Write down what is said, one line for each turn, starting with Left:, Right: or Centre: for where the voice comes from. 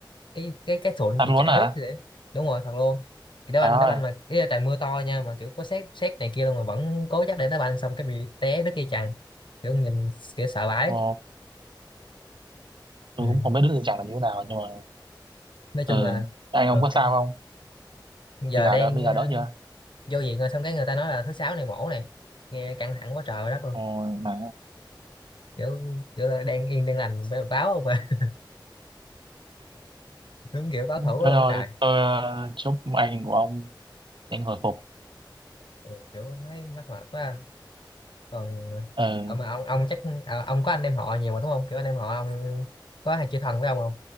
Left: cái cái cái sụn
Right: tạt
Left: bị
Right: luôn
Left: chảy
Right: hả
Left: nước vậy. Đúng rồi thật luôn. Thì đá
Right: trời
Left: banh
Right: ơi
Left: đá banh mà cái trời mưa to nha mà kiểu có sét sét này kia luôn mà vẫn cố chấp để đá banh xong cái bị té đứt dây chằng kiểu nhìn kiểu sợ vãi
Right: ồ tôi
Left: ừ.
Right: cũng không biết đứa tình trạng là như thế nào nhưng mà
Left: nói
Right: ừ
Left: chung là
Right: anh ông
Left: ờ,
Right: có sao
Left: cái
Right: không
Left: giờ
Right: bây giờ
Left: đang
Right: đỡ bây
Left: ờ,
Right: giờ đỡ chưa
Left: vô viện rồi xong cái người ta nói là thứ sáu này mổ này nghe căng thẳng quá trời quá đất luôn
Right: ồ mà
Left: kiểu kiểu là đang yên đang lành b- báo không à <laughs> đúng kiểu báo
Right: thế
Left: thủ luôn
Right: thôi
Left: á trời
Right: tôi ờ, chúc anh của ông nhanh hồi phục
Left: ừ, kiểu thấy mắc mệt quá à. còn
Right: ừ
Left: còn mà ông ông chắc à, ông có anh em họ nhiều mà đúng không kiểu anh em họ ông có hay chơi thân với ông không